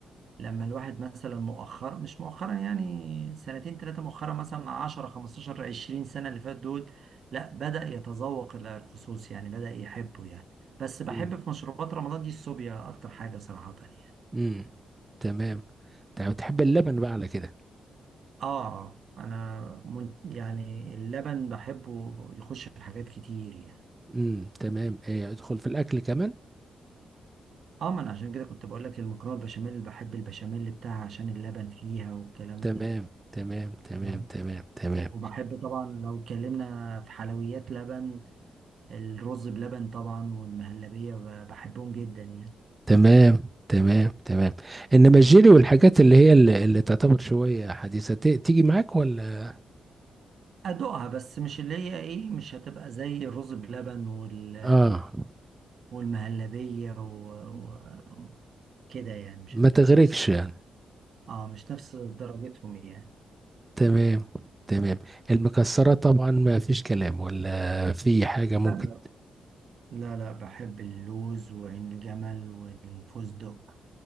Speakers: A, on the right; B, on the right.
A: لما الواحد مثلا مؤخرا مش مؤخرا يعني سنتين ثلاثة مؤخرا مثلا 10 15 20 سنة اللي فات دول لا بدأ يتذوق إلى الخصوص يعني بدأ يحبه يعني بس بحب
B: مم.
A: في مشروبات رمضان دي الصوبيا أكتر حاجة صراحة يعني
B: مم. تمام تمام تحب اللبن بقى على كده
A: آه أنا من يعني اللبن بحبه يخش في حاجات كتير يعني
B: مم. تمام آه، ادخل في الاكل كمان
A: اه ما انا عشان كده كنت بقول لك المكرونه البشاميل بحب البشاميل بتاعها عشان اللبن فيها والكلام
B: تمام
A: ده
B: تمام تمام
A: نعم.
B: تمام تمام
A: وبحب طبعا لو اتكلمنا في حلويات لبن الرز بلبن طبعا والمهلبية ب- بحبهم جدا يعني
B: تمام تمام تمام انما الجيلي والحاجات اللي هي اللي, اللي تعتبر شويه حديثه ت- تيجي معاك ولا
A: أدوقها بس مش اللي هي إيه مش هتبقى زي الرز بلبن وال
B: اه
A: والمهلبية و... و... كده يعني مش
B: ما
A: هتبقى
B: تغرقش
A: في نفس
B: يعني
A: اه مش نفس درجتهم يعني
B: تمام تمام المكسرات طبعا ما فيش كلام ولا في حاجة ممكن
A: لا لا لا لا بحب اللوز وعين الجمل والفستق